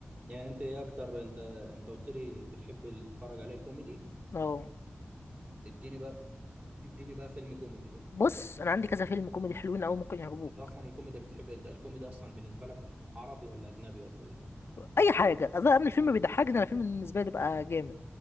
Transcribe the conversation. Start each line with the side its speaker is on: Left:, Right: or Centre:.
Right: يعني انت ايه اكتر انت انت قلت لي بتحب ال- تتفرج عليه الكوميدي
Left: اه
Right: اديني بقى اديني بقى فيلم كوميدي بقى
Left: بص انا عندي كذا فيلم كوميدي حلوين قوي ممكن يعجبوك
Right: انت اصلا الكوميدي بتحب انت الكوميدي اصلا بالنسبه لك عربي ولا اجنبي ولا ايه
Left: اي حاجه اذا من الفيلم بيضحكني انا الفيلم بالنسبه لي بيبقى جامد